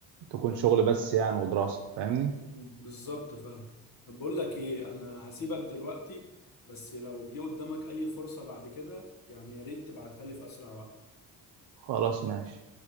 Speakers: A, on the right; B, on the left.
A: تكون شغل بس يعني ودراسة فاهمني
B: مم، بالظبط فاهم طب بقول لك ايه انا هسيبك دلوقتي بس لو جه قدامك اي فرصة بعد كده يعني يا ريت تبعتها لي في اسرع وقت
A: خلاص ماشي